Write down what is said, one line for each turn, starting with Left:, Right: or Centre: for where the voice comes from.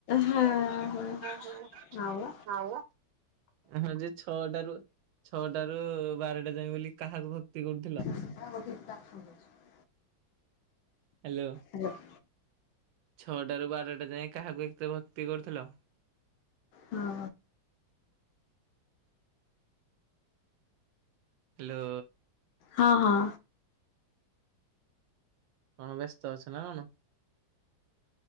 Left: ହଁ ହଁ।
Right: ହ ହ
Left: ଆଉ
Right: ଆଉ। ହଁ ଯେ ଛଅଟାରୁ ଛଅଟାରୁ ବାର ଟା ଯାଏ ବୋଲି କାହାକୁ ଭକ୍ତି କରୁଥିଲ?
Left: ଆ ବସିକି ଟାସ୍କ କରୁଚି।
Right: ହ୍ୟାଲୋ।
Left: ହ୍ୟାଲୋ।
Right: ଛଅଟାରୁ ବାରଟା ଯାଏ କାହାକୁ ଏତ ଭକ୍ତି କରୁଥିଲ?
Left: ହଁ
Right: ହ୍ୟାଲୋ।
Left: ହଁ ହଁ।
Right: କଣ ବ୍ୟସ୍ତ ଅଛ ନା କଣ?